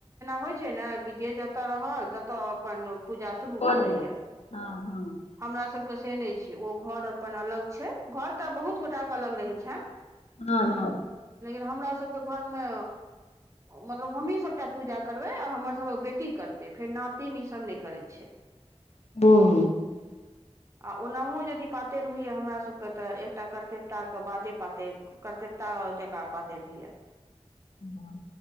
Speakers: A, on the right; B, on the left.
A: होइ छै नै कि जे जतऽ रहल तता अपन पूजा शुरू
B: कऽ
A: क
B: लेलथि
A: लैया,
B: हँ हँ
A: हमरा सबके से नै छै ओ घर अपन अलग छै घर तऽ बहुत गोटा के अलग रहै छैन।
B: हां-हां।
A: लेकिन हमरा सबके घर मे मतलब हमही सबटा पूजा करबै आ हमर सबक बेटी करतै फेर नातिन ई सब नै करै छै।
B: <unintelligible>
A: आ ओनाहु यदि पातैर होयया हमरा सबके तऽ एक टा करतेप्ता के बादे पातैर क करतेप्ता जकाँ पातैर होयया।
B: बाह।